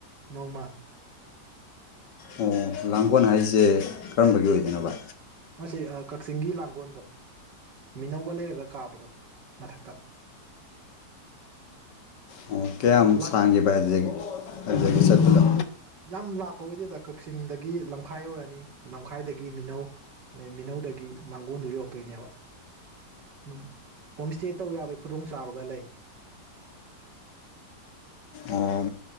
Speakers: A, on the right (about 80°); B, on the left (about 80°).
A: ꯅꯣꯡ ꯃꯥ
B: ꯑꯣ ꯂꯥꯡꯒꯣꯜ ꯍꯥꯏꯁꯦ ꯀꯔꯝꯕꯒꯤ ꯑꯣꯏꯗꯣꯏꯅꯣꯕ
A: ꯃꯁꯤ ꯑ ꯀꯛꯆꯤꯡꯒꯤ ꯂꯥꯡꯒꯣꯜꯗꯣ ꯃꯤꯅꯧꯒ ꯂꯩꯔꯒ ꯀꯥꯕꯗꯣ ꯃꯊꯛꯇ
B: ꯑꯣ ꯀꯌꯥꯝ
A: ꯂꯥꯛ
B: ꯁꯥꯡꯒꯦꯕ ꯑꯗꯨꯗꯒꯤ ꯑꯗꯨꯗꯒꯤ
A: ꯑꯣ ꯑꯗꯨꯝ
B: ꯆꯠꯄꯗꯣ
A: ꯌꯥꯝ ꯂꯥꯞꯄ ꯑꯣꯏꯗꯦꯗ ꯀꯛꯆꯤꯡꯗꯒꯤ ꯂꯝꯈꯥꯏ ꯌꯧꯔꯅꯤ ꯂꯝꯈꯥꯏꯗꯒꯤ ꯃꯤꯅꯧ ꯑꯗꯩ ꯃꯤꯅꯧꯗꯒꯤ ꯂꯥꯡꯒꯣꯣꯟꯗꯨ ꯌꯧꯔꯛꯇꯣꯏꯅꯦꯕ ꯑꯗꯨꯝ ꯍꯣꯝ ꯏꯁꯇꯦ ꯇꯧ ꯌꯥꯕꯩ ꯈꯨꯗꯣꯡ ꯆꯥꯕꯒ ꯂꯩ
B: ꯑꯣ